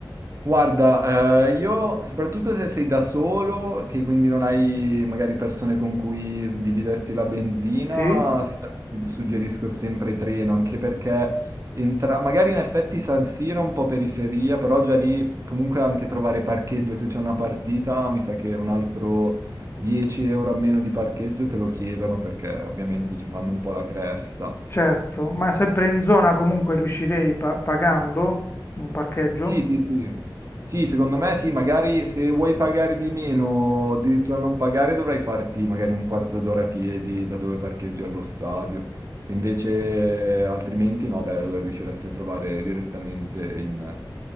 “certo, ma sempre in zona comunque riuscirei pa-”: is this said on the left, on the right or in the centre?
Left